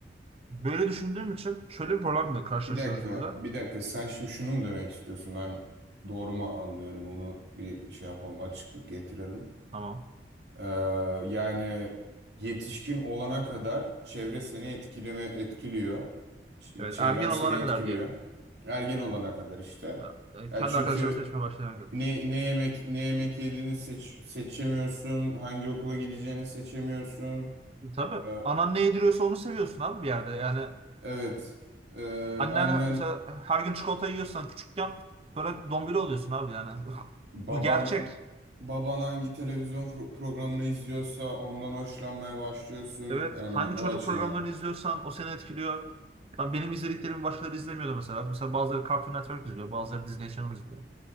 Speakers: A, on the right (about 35°); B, on the right (about 70°).
A: Böyle düşündüğüm için şöyle bir problemle karşılaşıyoruz
B: Bir dakika,
A: burada.
B: bir dakika. Sen şimdi şunu mu demek istiyorsun? Ben doğru mu anlıyorum? Onu bir şey yapalım, açıklık getirelim.
A: Tamam.
B: Ee, yani yetişkin olana kadar çevre seni etkileme etkiliyor. Ç-
A: Evet,
B: çevren
A: ergen
B: seni
A: olana
B: etkiliyor.
A: kadar diyelim.
B: Ergen olana kadar işte.
A: Ha, yani
B: Ya
A: kendi
B: çünkü
A: arkadaşlarını seçmeye başlayana kadar.
B: ne ne yemek ne yemek yediğini seç, seçemiyorsun, hangi okula gideceğini seçemiyorsun.
A: Tabii.
B: Ee,
A: Anan ne yediriyorsa onu seviyorsun abi bir yerde. Yani
B: evet. Ee,
A: annen
B: annen
A: mesela her gün çikolata yiyorsan küçükken sonra dombili oluyorsun abi yani. <laughs>
B: Baban
A: Bu gerçek.
B: baban hangi televizyon pro- programını izliyorsa ondan hoşlanmaya başlıyorsun.
A: Evet.
B: Yani
A: Hangi
B: o
A: çocuk
B: açıdan.
A: programlarını izliyorsan o seni etkiliyor. Ben benim izlediklerimi başkaları izlemiyordu mesela. Mesela bazıları Cartoon Network izliyor, bazıları Disney Channel izliyor.